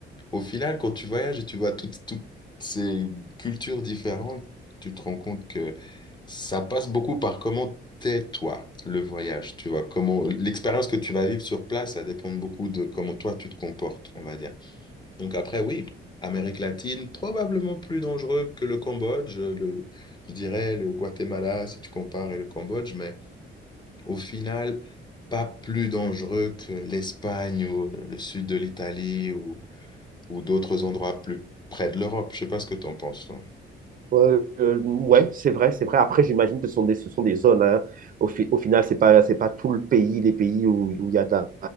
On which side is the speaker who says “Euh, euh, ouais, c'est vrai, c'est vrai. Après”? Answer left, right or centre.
Right